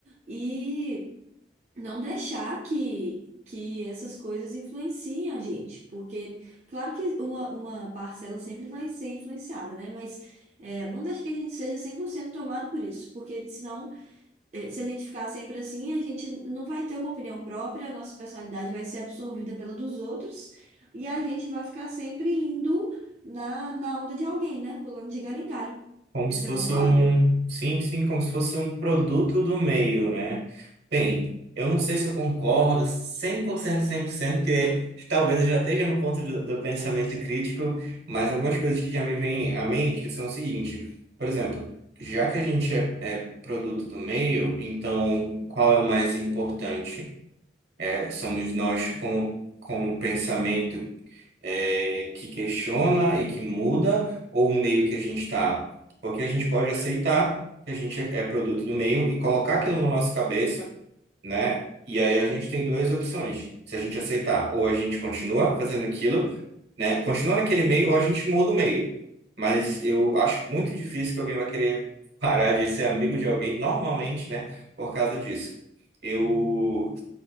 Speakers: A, on the right; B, on the right.
A: E não deixar que, que essas coisas influenciem a gente, porque, claro que uma, uma parcela sempre vai ser influenciada, né? Mas é, não deixa que a gente seja 100% tomado por isso, porque senão, é, se a gente ficar sempre assim, a gente não vai ter uma opinião própria, a nossa personalidade vai ser absorvida pela dos outros, e a gente vai ficar sempre indo na, na onda de alguém, né? Pulando de galho em galho.
B: Como
A: Você
B: se fosse
A: concorda?
B: um, sim, sim, como se fosse um produto do meio, né? Bem, eu não sei se eu concordo cem cem por cento cem por cento porque talvez eu já esteja no ponto do, do pensamento crítico, mas algumas coisas que já me vêm à mente são o seguinte, por exemplo, já que a gente é, é produto do meio, então qual é o mais importante? É, somos nós como, como pensamento é, que questiona e que muda, ou o meio que a gente está? Porque a gente pode aceitar que a gente é é produto do meio e colocar aquilo na nossa cabeça, né? E aí a gente tem duas opções. Se a gente aceitar, ou a gente continua fazendo aquilo, né? Continua naquele meio, ou a gente muda o meio. Mas eu acho muito difícil que alguém vai querer <laughs> parar de ser amigo de alguém, normalmente, né? Por causa disso. Eu,